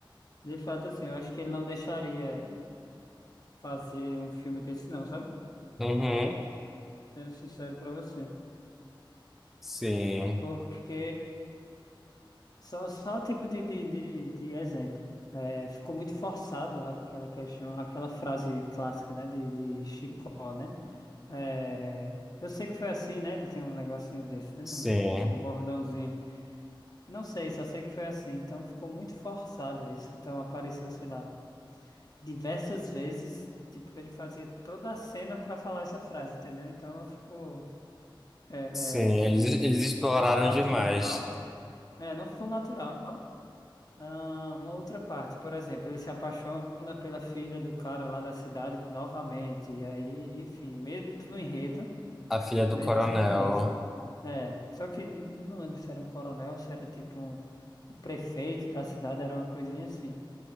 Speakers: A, on the left; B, in the centre.
A: de fato, assim, eu acho que ele não deixaria fazer um filme desse, não, sabe?
B: Uhum.
A: Sendo sincero pra você.
B: Sim,
A: Porque só, só tipo de, de, de, de exemplo. É, ficou muito forçado aquela questão, aquela frase clássica, né, de, de Chicó, né? É, eu sei que foi assim, né? Ele tem um negocinho desse, né?
B: sim,
A: Um, um bordãozinho. Não sei, só sei que foi assim. Então ficou muito forçado isso. Então apareceu, sei lá, diversas vezes. Tipo, ele fazia toda a cena pra falar essa frase, entendeu? Então ficou é,
B: sim.
A: é,
B: Eles, eles exploraram
A: natural.
B: demais
A: É, não ficou natural. Ah, uma outra parte, por exemplo, ele se apaixona pela filha do cara lá da cidade novamente, e aí, enfim, mesmo enredo,
B: a filha do
A: mesma
B: coronel.
A: coisa. É, só que não lembro se era um coronel, ou se era tipo um, o prefeito da cidade, era uma coisinha assim.